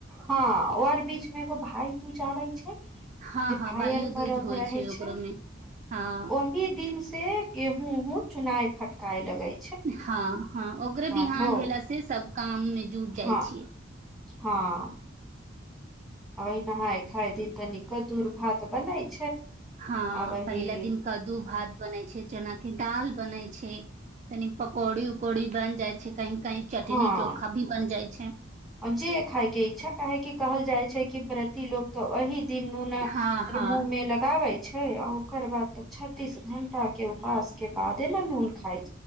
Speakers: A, in the centre; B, on the right.
A: हँ आर बीचमे एगो भाइदूज अबैत छै,
B: हँ
A: जे
B: हँ
A: भाइ-बहिनक
B: भाइयो
A: पर्व
B: दूज होइ
A: होइत
B: ओकरो
A: छै।
B: मे हँ
A: ओहि दिन से गेहूँ चुनि-फटकि कऽ लगैत छै।
B: हँ हँ, ओकरे
A: हँ
B: बिहान
A: धो
B: भेला सँ सभ काजमे जुटि जाइ
A: हँ
B: छी।
A: हँ अ नहाय खाय दिन तऽ न कदूर भात बनाय छै
B: हँ
A: आ वही
B: पहिला दिन कद्दू भात बनै छै जेनााकि दाल बनेय छै तनि पकौड़ी कौड़ी बनि जाइ छै कहीं कहीं चटनी
A: हँ
B: चोखा भी बन जाइ छै
A: जे खायके इच्छा काहेकि कहल जाइ छै कि प्रति लोक त अहि दिन नूना
B: हँ हँ
A: मुह मे लगाबै छै आ ओकर बाद त छत्तीस घंटा के उपवास के बादे ने नून खाय छै